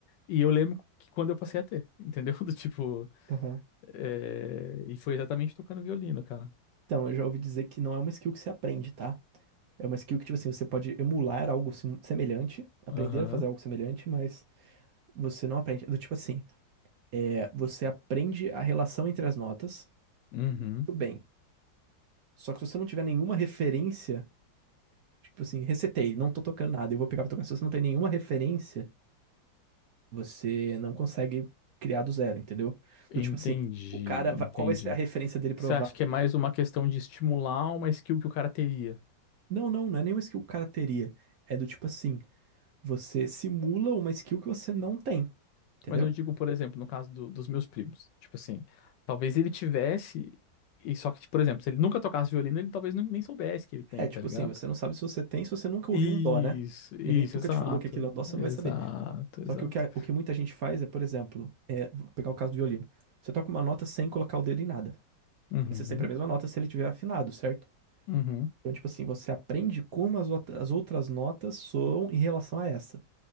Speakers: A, on the left; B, on the right.
A: E eu lembro que quando eu passei a ter, entendeu? <laughs> Do tipo.
B: aham.
A: é, E foi exatamente tocando violino, cara.
B: Então, eu já ouvi dizer que não é uma skill que se aprende, tá? É uma skill que, tipo assim, você pode emular algo sim- semelhante, aprender
A: Aham.
B: a fazer algo semelhante, mas você não aprende. É Do tipo assim, é, você aprende a relação entre as notas,
A: Uhum.
B: tudo bem. Só que se você não tiver nenhuma referência, tipo assim, recetei, não tô tocando nada, eu vou pegar pra tocar. Se você não tem nenhuma referência Você não consegue criar do zero, entendeu?
A: Entendi,
B: Do tipo assim, o cara, vai-
A: entendi.
B: qual vai ser a referência dele provável?
A: Você acha que é mais uma questão de estimular uma skill que o cara teria?
B: Não, não, não é nenhuma skill que o cara teria. É do tipo assim, você simula uma skill que você não tem, entendeu?
A: Mas eu digo, por exemplo, no caso do- dos meus primos. Tipo assim, talvez ele tivesse, e só que, por exemplo, se ele nunca tocasse violino, ele talvez nu- nem soubesse que ele tem,
B: É tipo
A: tá ligado?
B: assim, você não sabe se você tem, se você nunca ouviu
A: Isso,
B: um dó, né?
A: isso,
B: Ninguém nunca
A: exato.
B: te falou que aquilo é um dó, você
A: Exato,
B: não vai saber.
A: exato.
B: Só que o que, a- o que muita gente faz é, por exemplo, é, vou pegar o caso do violino. Você toca uma nota sem colocar o dedo em nada.
A: Uhum,
B: Vai ser sempre a mesma nota se ele tiver afinado, certo?
A: uhum.
B: Então, tipo assim, você aprende como as, outra- as outras notas soam em relação a essa.